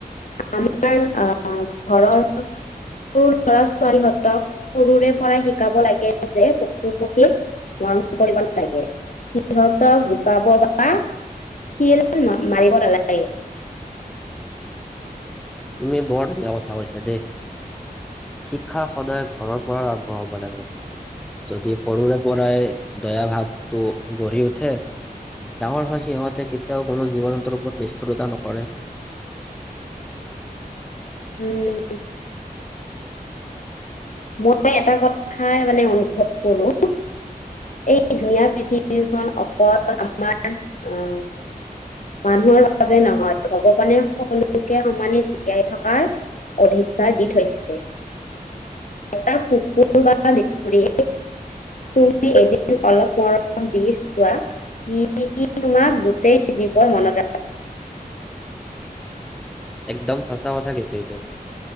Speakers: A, on the left; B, in the centre.
A: আমাৰ আ ঘৰৰ সৰু ল'ৰা ছোৱালীহঁতক সৰুৰে পৰাই শিকাব লাগে যে পশু পক্ষীক মৰম কৰিব লাগে। সিহঁতক জোকাব বা শিল মাৰিব নালাগে
B: তুমি বৰ ধুনীয়া কথা কৈছা দেই। শিক্ষা সদায় ঘৰৰ পৰা আৰম্ভ হব লাগে। যদি সৰুৰে পৰাই দয়া ভাৱটো গঢ়ি উঠে ডাঙৰ হয় সিহঁতে কেতিয়াও কোনো জীৱ জন্তুৰ ওপৰত নিষ্ঠুৰতা নকৰে
A: উম মই এটা কথাই মানে অনুভৱ কৰো এই ধুনীয়া পৃথিৱীখন অকল আমাৰ অ মানুহৰ বাবে নহয় ভগৱানে সকলোকে সমানে জীয়াই থকাৰ অধিকাৰ দি থৈছে, এটা কুকুৰ বা মেকুৰী তুমি এদিন অলপ মৰম দি চোৱা কি সি তোমাক গোটেই জীৱন মনত ৰাখিব।
B: একদম সঁচা কথা কিন্তু এইটো।